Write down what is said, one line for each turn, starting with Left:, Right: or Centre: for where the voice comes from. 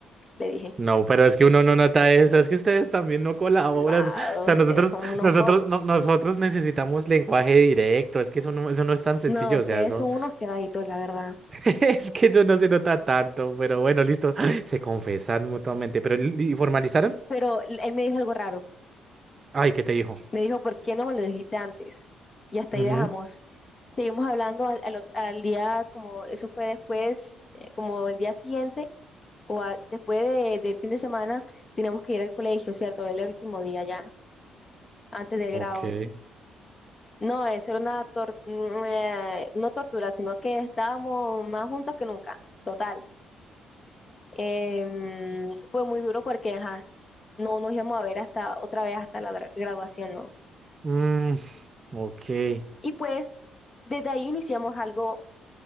Left: le dije.
Right: No, pero es que uno no nota eso, es que ustedes también no colaboran.
Left: No,
Right: O sea,
Left: ustedes
Right: nosotros,
Left: son unos
Right: nosotros,
Left: bobos.
Right: no- nosotros necesitamos lenguaje directo, es que eso no, eso no es tan sencillo,
Left: No, ustedes
Right: o sea, eso,
Left: son unos quedaditos, la verdad.
Right: <laughs> es que eso no se nota tanto, pero bueno, listo. <gasps> Se confesan mutuamente, pero ¿y formalizaron?
Left: Pero l- él me dijo algo raro.
Right: Ay, ¿qué te dijo?
Left: Me dijo, ¿por qué no me lo dijiste antes? Y hasta
Right: Ujú,
Left: ahí dejamos. Seguimos hablando al, al otro- al día, como eso fue después, eh, como el día siguiente o a- después de- del fin de semana, teníamos que ir al colegio, ¿cierto? Era El último día ya, antes del
Right: Ok.
Left: grado. No, eso era una tor- mm, eh, no tortura, sino que estábamos más juntos que nunca. Total. Em, fue muy duro porque, ajá, no nos íbamos a ver hasta otra vez hasta la dra- graduación, ¿no?
Right: Mm, ok.
Left: Y pues desde ahí iniciamos algo